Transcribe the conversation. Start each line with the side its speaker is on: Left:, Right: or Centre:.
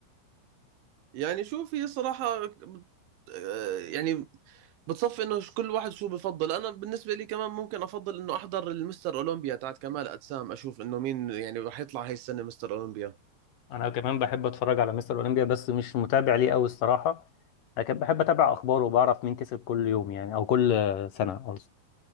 Right: يعني شوف هي صراحة بت- آه، يعني بتصفي انه ش- كل واحد شو بفضل انا بالنسبة لي كمان ممكن افضل انه احضر المستر اولمبيا تاعت كمال اجسام اشوف انه مين يعني رح يطلع هاي السنة مستر اولمبيا
Left: انا كمان بحب اتفرج على مستر اولمبيا بس مش متابع ليه قوي الصراحه لكن بحب اتابع اخباره وبعرف مين كسب كل يوم يعني او كل آه، سنه قصدي